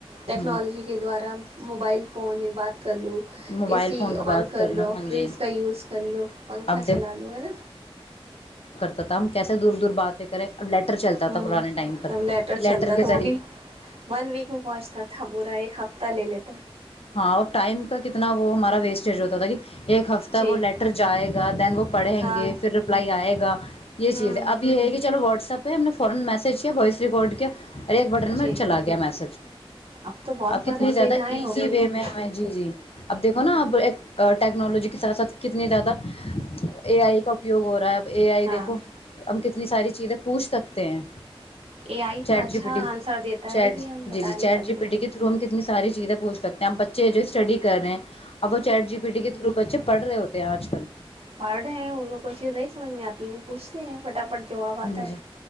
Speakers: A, on the right; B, on the left.
A: ٹیکنالوجی
B: ہ
A: کے دوارا موبائل فون بات کر لوں
B: موبائل
A: اے سی
B: فون پہ بات
A: آن کر لو
B: ہاں
A: فریج
B: جی
A: کا یوز کر لو پنکھا
B: اب
A: چلا لوں ہے نا
B: تتا ہم کیسے دور دور باتیں کریں اب لیٹر چلتا
A: ہ
B: تھا پرانے ٹائم پر
A: تب لیٹر
B: کہ
A: چلتا
B: کے
A: تھا
B: ذریعے
A: وہ بھی ون ویک میں پہنچتا تھا پورا ایک ہفتہ لے لیتا
B: ہاں اور ٹائم کا کتنا وہ ہمارا ویسٹیج ہوتا تھا کہ ایک ہفتہ
A: جی
B: وہ لیٹر جائے گا دین وہ پڑھیں
A: ہاں
B: گے پھر رپلائی آئے گا یہ چیزیں
A: ہوں
B: اب یہ ہے کہ چلو واٹسپ پ ہم نے فورا میسج کیا وائس ریکارڈ کیا ارے ایک بٹن
A: جی
B: میں چلا گیا میسج
A: اب تو بہت
B: آپ کتنی زیادہ
A: سویدھائیں
B: ای
A: ہو
B: جی
A: گئی
B: و
A: ہیں
B: میں ہمیں جی جی اب دیکھو نا اب ایک ٹیکنالوجی کے ساتھ ساتھ کتنی زیادہ اے آئی کا اپیوگ ہو رہا ہے اے آئی
A: ہاں
B: دیکھو اب کتنی ساری چیزیں پوچھ سکتے ہیں
A: اے آئی اتنا
B: چیٹ
A: اچھا
B: جی پی ٹی
A: آنسر دیتا
B: چیٹ
A: ہے کہ ہم بتا
B: جی جی چیٹ
A: نہیں سکتے
B: جی پی ٹی کے تھرو ہم کتنی ساری چیزیں پوچھ سکتے ہیں ہم بچے جو اسٹڈی کر رہے ہیں اب چٹ جی ٹی کے تھرو بچے پڑ رہے ہوتے آج کل
A: پڑھ ہیں ان کو کوش چیز نہیں سمجھ میں آتی وہ پوچھتے ہیں پٹافٹ جو آب آتا
B: جی
A: ہے